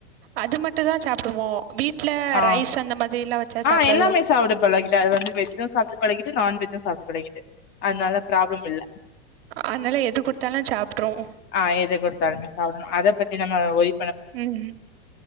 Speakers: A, on the right (about 65°); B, on the left (about 35°).
A: அது மட்டு தா சாப்டுமோ வீட்ல
B: ஆஹ்
A: ரைஸ் அந்த மாதிரிலா வச்சா
B: ஆஹ்
A: சாப்டாதோ
B: எல்லாமே சாப்டு பழகிட்ட அது வந்து வெஜ்ஜும் சாப்பிட்டு பழகிட்டு நான்வெஜ் வெஜ் சாப்டு பழகிடு அதனால ப்ராப்ளம் இல்ல
A: அதனால எது குடுத்தாலும் சாப்ட்ரும்
B: ஆஹ் எது கொடுத்தாலுமே சாப் அத பத்தி நம்ம ஒய்
A: உம் ம்